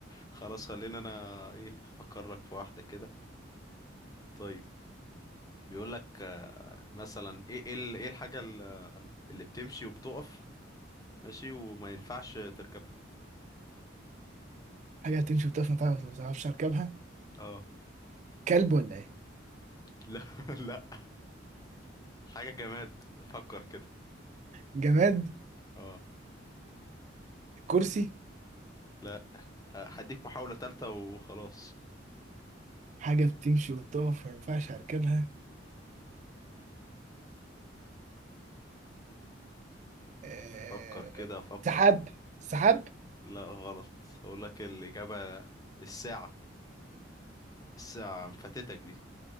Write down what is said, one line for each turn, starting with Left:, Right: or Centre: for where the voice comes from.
Left: خلاص خلينا انا ايه افكر لك في واحدة كده طيب بيقول لك آه، مثلا ايه ايه ال- ايه الحاجة ال- اللي بتمشي وبتقف ماشي وما ينفعش تركبها
Right: حاجة بتمشي وتقف ما تعرف- ما تعرفش اركبها
Left: اه
Right: كلب ولا ايه
Left: لا <laughs> لا حاجة جماد فكر كده
Right: جماد
Left: اه
Right: كرسي
Left: لا هديك محاولة تالتة وخلاص
Right: حاجة بتمشي وتقف ما ينفعش اركبها آه،
Left: فكر كده فكر
Right: سحاب سحاب
Left: لا غلط اقول لك الإجابة الساعة الساعة مفاتتك دي